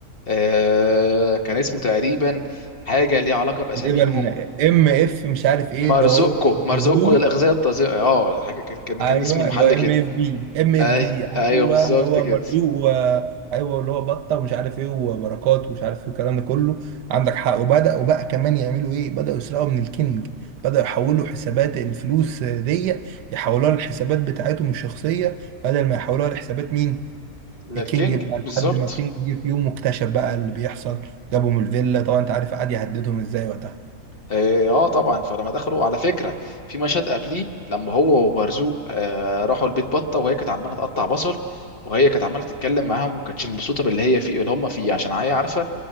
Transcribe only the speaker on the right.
تقريبا ام اف مش عارف ايه
اللي هو
زو
ايوه
اللي هو ام
اف بي ام اف
بي
ايوه
اللي هو
مرزوق و... ايوه اللي هو بطه ومش عارف ايه وبركات ومش عارف ايه الكلام ده كله عندك حق وبداوا بقى كمان يعملوا ايه بداوا يسرقوا من الكينج بداوا يحولوا حسابات الفلوس دي يحولوها للحسابات بتاعتهم الشخصيه بدل ما يحولوها لحسابات مين
الكينج بقى
لحد ما الكينج جه في يوم واكتشف بقى اللي بيحصل جابهم الفيلا طبعا انت عارف قعد يهددهم ازاي وقتها